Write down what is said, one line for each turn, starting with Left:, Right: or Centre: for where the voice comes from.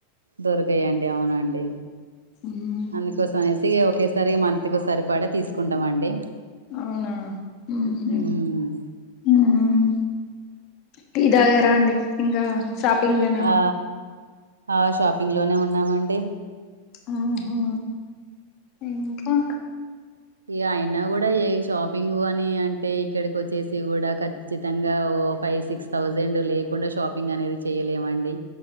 Right: దొరకాయండి అవునండి
Left: ఉమ్
Right: అందు కోస అనేసి ఒకేసారి మంతకిసరిపడ తీసుకుంటాం అండి
Left: అవునా ఉహు
Right: ఉమ్
Left: ఉమ్ టీ తాగరా అండి ఇంగా షాపింగా
Right: ఆ ఆ షాపింగ్లోనే ఉన్నామండి
Left: ఆహా ఇంకా
Right: ఈ ఆయైనా గుడా ఏ షాపింగు అని అంటే ఇక్కడికొచ్చేసి గుడా క ఖచ్చితంగా ఓ ఫైవ్ సిక్స్ థౌజండు లేకుండా షాపింగ్ అనేది చెయ్యలేమండి